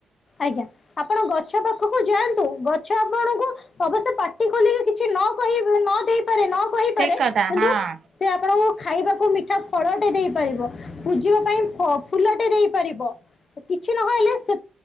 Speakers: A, on the left; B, on the right.
A: ଆଜ୍ଞା। ଆପଣ, ଗଛ ପାଖକୁ ଯାଆନ୍ତୁ ଗଛ ଆପଣଙ୍କୁ ଅବଶ୍ୟ ପାଟି ଖୋଲିକି କିଛି ନ କହି ନ ଦେଇପାରେ ନ କହିପାରେ,
B: ଠିକ କଥା
A: କିନ୍ତୁ
B: ହଁ
A: ସେ ଆପଣଙ୍କୁ ଖାଇବାକୁ ମିଠା ଫଳଟେ ଦେଇପାରିବ, ପୁଜିବା ପାଇଁ ଫ ଫୁଲଟେ ଦେଇପାରିବ। କିଛି ନହେଲେ ସେ